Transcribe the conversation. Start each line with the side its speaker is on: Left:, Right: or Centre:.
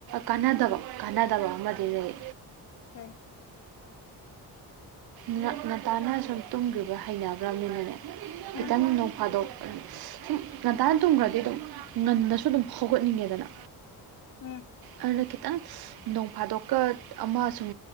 Right: ꯀꯥꯟꯅꯗꯕ ꯀꯥꯟꯅꯗꯕ ꯑꯃꯗꯤ ꯂꯩ
Left: ꯐꯦ
Right: ꯎ ꯉꯟꯇꯥꯅ ꯁꯨꯝ ꯇꯨꯝꯈ꯭ꯔꯤꯕ ꯍꯩꯅꯕ꯭ꯔꯅꯤꯅꯅꯦ ꯈꯤꯇꯪ
Left: ꯎꯝ
Right: ꯊꯥꯗꯣꯛ ꯁꯨꯝ ꯉꯟꯇꯥꯅ ꯇꯨꯝꯈ꯭ꯔꯗꯤ ꯑꯗꯨꯝ ꯉꯟꯅꯁꯨ ꯑꯗꯨꯝ ꯍꯧꯒꯠꯅꯤꯡꯉꯦꯗꯅ
Left: ꯎꯝ
Right: ꯑꯗꯨꯅ ꯈꯤꯇꯪ ꯅꯣꯡꯐꯥꯗꯣꯛꯀ ꯑꯃ ꯁꯨꯝ